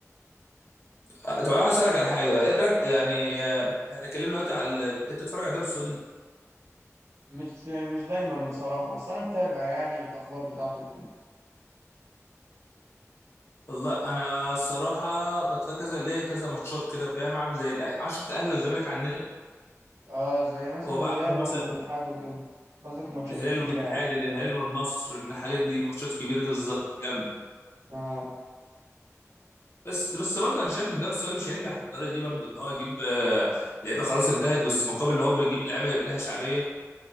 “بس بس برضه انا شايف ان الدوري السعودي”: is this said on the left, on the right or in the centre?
Left